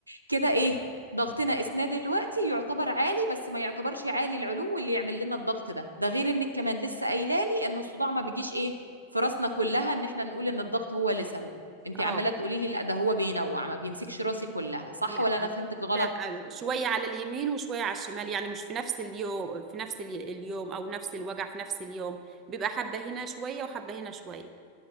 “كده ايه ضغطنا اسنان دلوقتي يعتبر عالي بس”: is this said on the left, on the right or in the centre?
Right